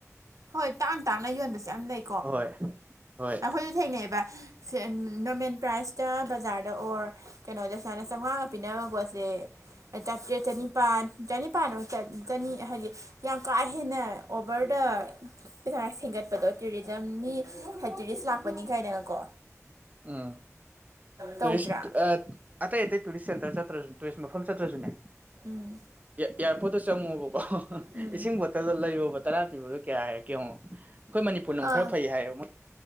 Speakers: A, on the right; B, on the right.
A: ꯍꯣꯏ ꯇꯥꯡꯅ ꯇꯥꯅ ꯌꯣꯟꯕꯁꯦ ꯌꯥꯝ ꯂꯩ
B: ꯍꯣꯏ ꯍꯣꯏ
A: ꯑꯩꯈꯣꯏꯗ ꯊꯦꯡꯅꯩꯑꯕ ꯅꯣꯔꯃꯦꯜ ꯄ꯭ꯔꯥꯏꯖꯇ ꯕꯖꯥꯔꯗ ꯑꯣꯔ ꯀꯩꯅꯣꯗ ꯁꯨꯃꯥꯏꯅ ꯆꯥꯝꯃꯉꯥꯒ ꯄꯤꯅꯕ ꯄꯣꯠꯁꯦ ꯆꯥꯇ꯭ꯔꯦꯠ ꯆꯅꯤꯄꯥꯥꯟ ꯆꯅꯤꯄꯥꯟ ꯆꯅꯤ ꯍꯥꯏꯗꯤ ꯌꯥꯝ ꯀꯥ ꯍꯦꯟꯅ ꯑꯣꯕꯔ ꯗ ꯄꯩꯁꯥ ꯁꯦꯝꯒꯠꯄꯗꯣ ꯇꯨꯔꯤꯖꯝꯅꯤ ꯍꯥꯏ ꯇꯨꯔꯤꯁ ꯂꯥꯛꯄꯅꯤ ꯀꯥꯏꯅꯒ ꯀꯣ
B: ꯑꯝ
A: ꯇꯧꯗ꯭ꯔꯥ
B: ꯇꯔꯤꯁ ꯑ ꯇꯨꯔꯔꯤꯁ ꯁꯦꯟꯇꯔ ꯆ ꯔꯖ ꯇꯔꯤꯁ ꯃꯐꯝ ꯆ ꯔꯖꯨꯦ
A: ꯎꯝ
B: ꯏꯌꯥꯔꯄꯣꯔꯠꯇ ꯆꯪꯉꯣꯕꯀꯣ
A: ꯎꯝ
B: ꯏꯁꯤꯡ ꯕꯣꯇꯜꯗ ꯂꯩꯔꯣꯕ ꯇꯔꯥ ꯄꯤꯕꯗꯣ ꯀꯌꯥ ꯍꯥꯏꯔꯛꯀꯦ ꯌꯦꯡꯉꯣ ꯑꯩꯈꯣꯏ ꯃꯅꯤꯄꯨꯔꯅ
A: ꯑꯥ
B: ꯈꯔ ꯐꯩ ꯍꯥꯏꯌꯦ ꯃꯣꯏ